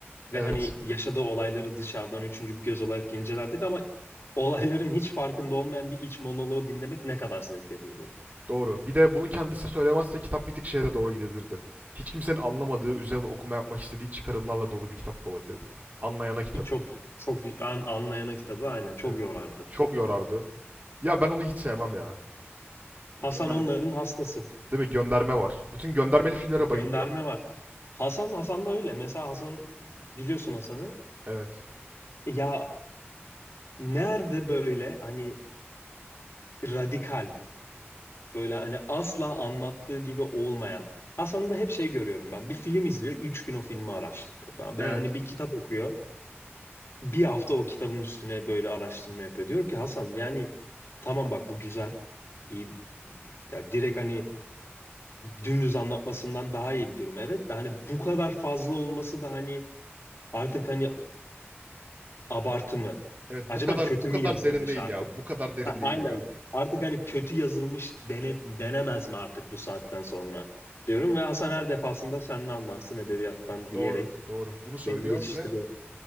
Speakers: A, on the left; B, on the right.
A: ve
B: Evet.
A: hani yaşadığı olayları dışarıdan üçüncü bir göz olarak incelerdik ama olayların hiç farkında olmayan bir iç monoloğu dinlemek ne kadar zevk verirdi.
B: Doğru. Bir de bunu kendisi söylemezse kitap bir tık şeye de doğru gidebilirdi. Hiç kimsenin anlamadığı, üzerine okuma yapmak istediği çıkarımlarla dolu bir kitap da olabilirdi. Anlayana kitabı.
A: Ki çok çok an, anlayana kitabı aynen çok
B: Evet.
A: yorardı.
B: Çok yorardı. Ya ben onu hiç sevmem ya. Gönder...
A: Hasan onların hastası.
B: Değil mi? Gönderme var. Bütün göndermeli filmlere
A: gönderme
B: bayılıyor.
A: var. Hasan Hasan da öyle. Mesela Hasan biliyorsun Hasan'ı.
B: Evet.
A: Ya nerede böyle hani radikal böyle hani asla anlattığı gibi olmayan. Hasan'da hep şey görüyorum ben. Bir film izliyor. Üç gün o filmi araştırıyor. Ben,
B: Evet.
A: veya hani bir kitap okuyor. Bir hafta o kitabın üstüne böyle araştırma yapıyor. Diyorum ki Hasan yani tamam bak bu güzel. iyi Ya direkt hani dümdüz anlatmasından daha iyi bir durum. Evet de hani bu kadar fazla olması da hani artık hani abartı mı?
B: Evet bu
A: Acaba
B: kadar
A: kötü
B: bu kadar
A: mü yazılmış
B: derin değil
A: artık?
B: ya. Bu kadar derin
A: Ha,
B: değil
A: aynen.
B: ya.
A: Artık hani kötü yazılmış dene, denemez mi artık bu saatten sonra? Diyorum ve Hasan her defasında sen ne anlarsın edebiyattan diyerek
B: Doğru, doğru. Bunu söylüyor
A: beni geçiştiriyor.
B: ve